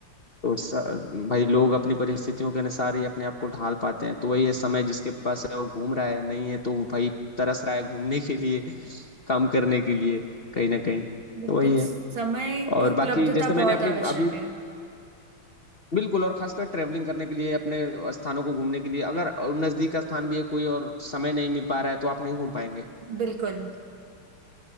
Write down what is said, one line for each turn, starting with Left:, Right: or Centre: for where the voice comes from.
Left: तो स, भाई लोग अपनी परिस्थितियों के अनुसार ही अपने आप को ढाल पाते हैं तो वही है समय जिसके पास है वो घूम रहा है नहीं है तो वो भाई तरस रहा है घूमने के लिए काम करने के लिए कहीं ना कहीं तो
Right: बिल्कुल
Left: वही है
Right: समय
Left: और
Right: की उपलब्धता
Left: बाकी जैसे मैंने
Right: बहुत
Left: अपनी
Right: आवश्यक
Left: अभी
Right: है
Left: बिल्कुल और खासकर ट्रैवलिंग करने के लिए अपने स्थानों को घूमने के लिए अगर नज़दीक का स्थान भी है कोई और समय नहीं मिल पा रहा है तो आप नहीं घूम पाएंगे
Right: बिल्कुल